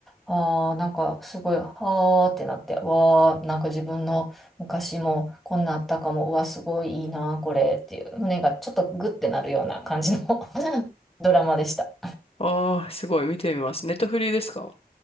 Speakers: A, in the centre; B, on the left.
A: あーなんかすごい、はーってなって、わー、なんか自分の昔もこんなあったかも、うわ、すごいいいな、これっていう、胸がちょっとグッてなるような感じの <laughs> ドラマでした。
B: ああー、すごい、見てみます。ネットフリーですか